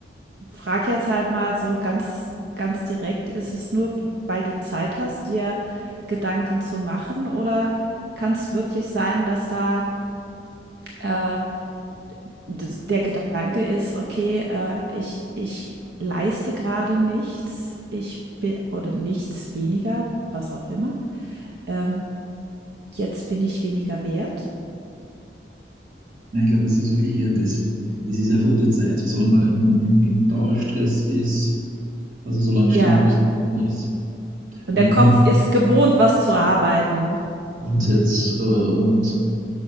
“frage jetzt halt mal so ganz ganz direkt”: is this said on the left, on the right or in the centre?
Right